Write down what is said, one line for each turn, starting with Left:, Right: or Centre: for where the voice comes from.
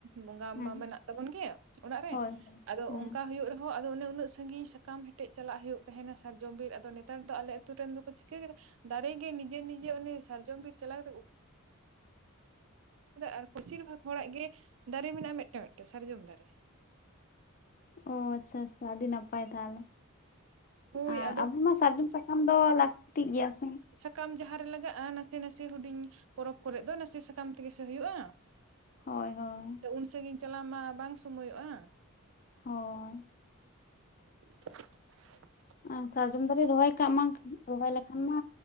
Right: ᱵᱚᱸᱜᱟ
Left: ᱦᱮᱸ
Right: ᱢᱟ ᱢᱮᱱᱟᱜ ᱛᱟᱵᱚᱱ ᱜᱮ ᱚᱲᱟᱜ ᱨᱮ
Left: ᱦᱳᱭ ᱦᱳᱭ
Right: ᱟᱫᱚ
Left: ᱦᱮᱸ
Right: ᱚᱱᱠᱟ ᱦᱳᱭᱳᱜ ᱨᱮᱦᱚᱸ ᱟᱫᱚ ᱚᱱᱮ ᱩᱱᱟᱹᱜ ᱥᱟᱺᱜᱤᱧ ᱥᱟᱠᱟᱢ ᱦᱮᱴᱮᱡ ᱪᱟᱞᱟᱜ ᱦᱩᱭᱩᱜ ᱛᱟᱸᱦᱮᱱᱟ ᱥᱟᱨᱡᱚᱢ ᱵᱤᱨ ᱟᱫᱚ ᱱᱮ ᱛᱟᱨ ᱫᱚ ᱟᱞᱮ ᱟᱹᱛᱩ ᱨᱮᱱ ᱫᱚᱠᱚ ᱪᱤᱠᱟᱹ ᱠᱮᱫᱟ ᱫᱟᱨᱮ ᱜᱮ ᱱᱤᱡᱮ ᱱᱤᱡᱮ ᱚᱱᱮ ᱥᱟᱨᱡᱚᱢ ᱵᱤᱨ ᱪᱟᱞᱟᱣ ᱠᱟᱛᱮ ᱩᱯᱷ ᱟᱨ ᱯᱳᱥᱤᱨ ᱵᱷᱟᱜᱽ ᱦᱚᱲᱟᱜ ᱜᱮ ᱫᱟᱨᱮ ᱢᱮᱱᱟᱜᱼᱟ ᱢᱮᱫᱴᱟᱝ ᱢᱮᱫᱴᱮᱱ ᱥᱟᱨᱡᱚᱢ ᱫᱟᱨᱮ
Left: ᱚ ᱟᱪᱷᱟ ᱟᱪᱷᱟ ᱟᱹᱰᱤ ᱱᱟᱯᱟᱭ ᱛᱟᱦᱞᱮ
Right: ᱦᱳᱭ
Left: ᱟᱨ
Right: ᱟᱫᱚ
Left: ᱟᱵᱩ ᱢᱟ ᱥᱟᱨᱡᱚᱢ ᱥᱟᱠᱟᱢ ᱫᱚ ᱞᱟᱹᱠᱛᱤᱜ ᱜᱮᱭᱟ ᱥᱮ
Right: ᱠᱟᱢ ᱡᱟᱦᱟᱸ ᱨᱮ ᱞᱟᱜᱟᱜᱼᱟ ᱱᱟᱥᱮ ᱱᱟᱥᱮ ᱦᱩᱰᱤᱧ ᱯᱚᱨᱚᱵᱽ ᱠᱚᱨᱮᱜ ᱫᱚ ᱱᱟᱥᱮ ᱥᱟᱠᱟᱢ ᱛᱮᱸᱜᱮ ᱥᱮ ᱦᱩᱭᱩᱜᱼᱟ
Left: ᱦᱳᱭ ᱦᱳᱭ
Right: ᱛᱚ ᱩᱱ ᱥᱟᱺᱜᱤᱧ ᱪᱟᱞᱟᱣ ᱢᱟ ᱵᱟᱝ ᱥᱚᱢᱚᱭᱚᱜᱼᱟ
Left: ᱦᱳᱭ
Right: <inaudible>
Left: ᱟᱨ ᱥᱟᱨᱡᱚᱢ ᱫᱟᱨᱮ ᱨᱚᱦᱚᱭ ᱠᱟᱜ ᱢᱟ ᱨᱚᱦᱚᱭ ᱞᱮᱠᱷᱟᱱ ᱢᱟ